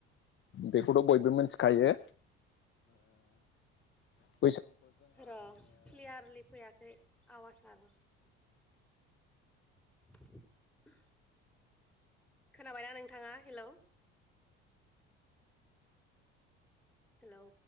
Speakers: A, on the left (about 40°); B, in the centre.
A: बेखौथ' बयबो मोनथिखायो ओ
B: र' क्लियारलि फैयाखै आवासाआबो। <unintelligible> खोनाबायना नोंथाङा हेलौ? हेलौ।